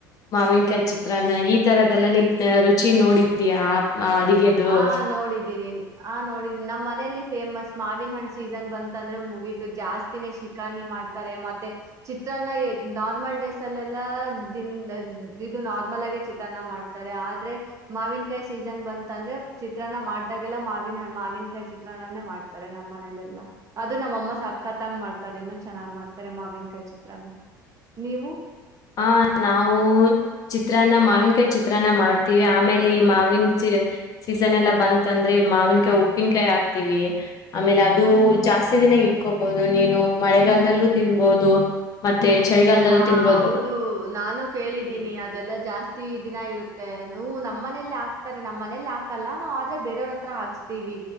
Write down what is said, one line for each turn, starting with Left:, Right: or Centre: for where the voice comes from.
Left: ಮಾವಿನಕಾಯಿ ಚಿತ್ರಾನ್ನ ಈ ತರದೆಲ್ಲಾ ನಿ ರುಚಿ ನೋಡಿದೀಯಾ ಆ ಅಡಿಗೆದು.
Right: ಹ ನೋಡಿದ್ದೀನಿ ಆ ನೋಡಿದ್ದೀನಿ ನಮ್ಮ ಮನೆಯಲ್ಲಿ ಫೇಮಸ್ ಮಾವಿನ ಹಣ್ಣ್ ಸೀಸನ್ ಬಂತಂದ್ರೆ ಮುಗೀತು ಜಾಸ್ತಿನೇ ಶಿಕಾನಿ ಮಾಡ್ತಾರೆ ಮತ್ತೆ ಚಿತ್ರಾನ್ನ ನಾರ್ಮಲ್ ಡ್ರೇಸ್ ಅಲ್ಲೆಲ್ಲ ದನ್ ಇದು ನಾರ್ಮಲ್ ಆಗೇ ಚಿತ್ರಾನ್ನ ಮಾಡ್ತಾರೆ ಆದ್ರೆ ಮಾವಿನಕಾಯಿ ಸೀಸನ್ ಬಂತ ಅಂದ್ರೆ ಚಿತ್ರಾನ್ನ ಮಾಡ್ದಾಗೆಲ್ಲ ಮಾವಿನ ಮಾವಿನಕಾಯಿ ಚಿತ್ರಾನ್ನನೇ ಮಾಡ್ತಾರೆ ನಮ್ಮ ಮನಲೆೆಲ್ಲಾ ಅದು ನಮ್ಮಮ್ಮ ಸಕ್ಕತ್ತಂಗ್ ಮಾಡ್ತಾರೆ ಇನ್ನುೂ ಚೆನ್ನಾಗ್ ಮಾಡ್ತಾರೆ ಮಾವಿನಕಾಯಿ ಚಿತ್ರಾನ್ನ ನೀವು
Left: ಹ ನಾವು ಚಿತ್ರಾನ್ನ ಮಾವಿನಕಾಯಿ ಚಿತ್ರಾನ್ನ ಮಾಡ್ತೀವಿ ಆಮೇಲೆ ಮಾಿನ ಸ ಎಲ್ಲ ಬಂತ ಅಂದ್ರೆ ಮಾವಿನಕಾಯ ಉಪ್ಪಿನಕಾಯಿ ಹಾಕ್ವಿ ಆಮೇಲೆ ಅದು ಜಾಸ್ತಿ ದಿನ ಇಕೋಬಹುದು ನೀ ಚಲ್ಲ ತಿನ್ಬೋದು ಮತ್ತೆ ಚಳಿಗಾಲದಲ್ಲಿ
Right: ಹಾ
Left: ತಿನ್ಬಹದು
Right: ಹೌದು ನಾನು ಕೇಳಿದ್ದೀನಿ ಅದೆಲ್ಲಾ ಜಾಸ್ತಿ ಪ್ರ ದಿನ ಇರುತ್ತೆ ಹ ನಮ್ಮ ಮನೇಲಿ ಹಾಕ್ತಾರೆ ನಮ್ಮ್ ಮನೇಲಿ ಹಾಕಲ್ಲ ನಾವ್ ಆದ್ರೆ ಬೇರೆಯವ್ರ ಹತ್ರ ಹಾಕ್ಸ್ತಿೀವಿ